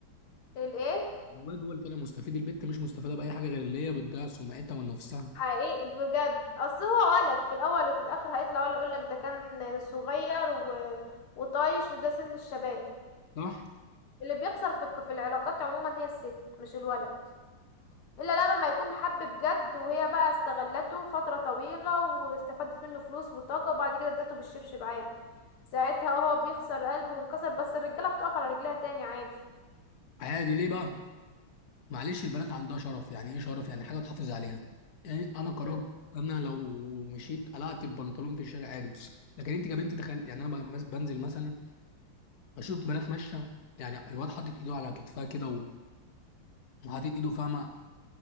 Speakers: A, on the left; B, on the left.
A: الايه
B: الواد هو اللي طالع مستفيد البت مش مستفاده باي حاجه غير اللي هي بتضيع سمعتها ونفسها
A: حقيقي بجد اصل هو ولد في الاول وفي الاخر هيطلع ولا يقولك ده كان صغير و... وطايش وده سن الشباب
B: صح
A: اللي بيخسر في الك- في العلاقات عموما هي الست مش الولد الا لما ما يكون محب بجد وهي بقى استغلته فترة طويلة واستفادت منه فلوس وطاقة وبعد كده ادته بالشبشب عادي ساعتها هو بيخسر قلبه وانكسر بس الرجالة بتقف على رجلها تاني عادي
B: عادي ليه بقى معلش البنات عندها شرف يعني ايه شرف يعني حاجه تحافظ عليها يعني انا كراجل
A: مم.
B: انا لو مشيت قلعت البنطلون في الشارع عادي لكن انت كبنت تخيل يعني انا بمس- بنزل مثلا بشوف بنات ماشيه يعني الواد حاطط ايده على كتفها كده و- وحاطط ايده فاهمه